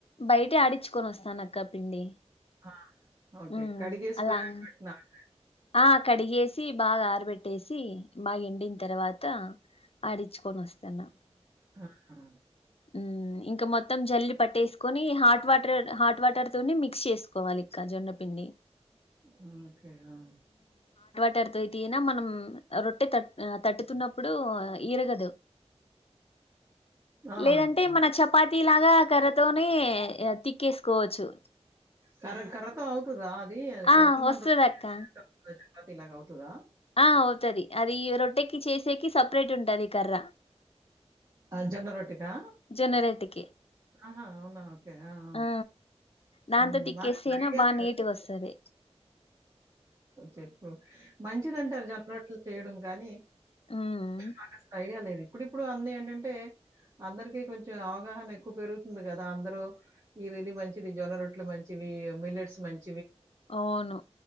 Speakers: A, on the left; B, on the right.
A: బయటే ఆడిచ్చుకొని వస్తాన అక్క పిండి.
B: ఆ ఓకే
A: హ్మ్.
B: కడిగేసి
A: అలా
B: బయట పెట్టుకొని ఆర పెట్ట
A: ఆ కడిగేస్ చి బాగా ఆరబెట్టేసి బాగా ఎండిన తర్వాత ఆడిచ్చుకొని వస్తాన్న.
B: ఆహ్ హా
A: ఉహ్మ్ ఇంకా మొత్తం జల్లి పట్టేసుకొని హాట్ వాటర్, హాట్ వాటర్ తోని మిక్స్ చేసుకోవాలి. ఇక్క జొన్నపిండి.
B: అ ఓకే అ
A: తర్ తోయ్ తిన మనం రొట్టె తటు తట్టుతున్నప్పుడు ఈరగదు
B: ఆ!
A: లేదంటే
B: ఓకే.
A: మన చపాతి లాగా కర్రతోనే తిక్కేసుకోవచ్చు.
B: కర్ర కర్రతో అవుతదా అది కర్రతో
A: ఆ
B: మనం
A: వస్తది
B: రొట్ట
A: అక్క
B: చేస్తే దాని ప్రెషర్ కి పతినంగా అవుతుందా
A: ఆ అవుతది. అది రొట్టెకి చేసేకి సపరేట్ ఉంటది ఈ కర్ర
B: ఆ జొన్న రొట్టెకా.
A: జొన్న రొట్టెకి
B: ఆహా, అవునా ఓకే ఆహ్
A: ఆ
B: ఆ
A: దాంతో
B: హ్మ్.
A: తిక్కేసేనా
B: నాకసలు ఐడియా
A: బాగా
B: లేదు.
A: నీటిగా వస్తది.
B: చెప్పు మంచిదంటారు గా రోట్లు చేయడం. గానీ
A: ఉమ్
B: నాకస్సలు ఐడియా లేది ఇప్పుడిప్పుడు అన్ని ఏంటంటే అందరికి కొంచెం అవగాహన ఎక్కువ పెరుగుతుంది కదా. అందరు ఈరి ఇది మంచిది. జొన్న రొట్లు మంచివి, మిల్లెట్స్ మంచివ్.
A: అవును.